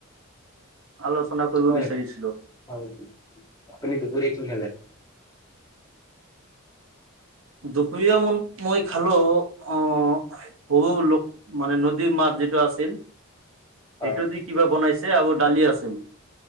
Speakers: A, on the right; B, on the left.
A: আলোচনা কৰিব
B: হয়
A: বিচাৰিছিলো।
B: হয়। আপুনি দুপৰীয়া কি খালে?
A: দুপৰীয়া ম, মই খালো। অ' বহু লোক, মানে নদীৰ মাছ যিটো আছিল। সেইটো
B: অ'
A: দি কিবা বনাইছে। আহু দালি আছে।